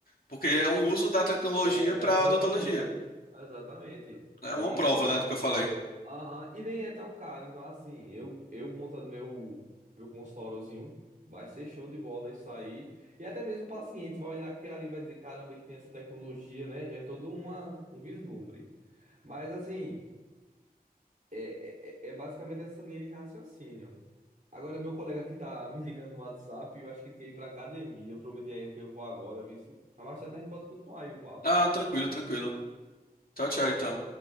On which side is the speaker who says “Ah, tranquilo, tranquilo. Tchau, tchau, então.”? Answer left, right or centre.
Left